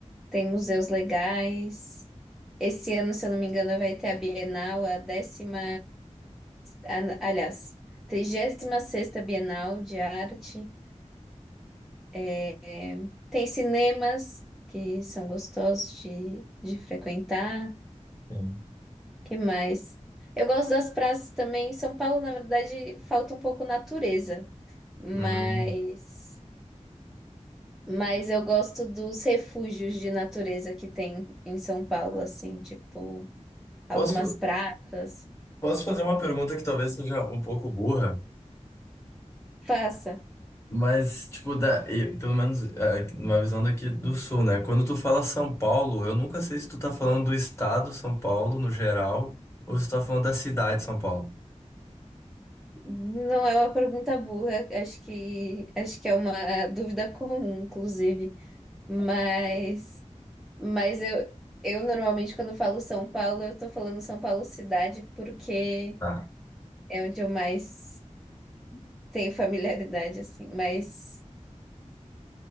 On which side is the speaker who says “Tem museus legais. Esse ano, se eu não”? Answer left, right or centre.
Centre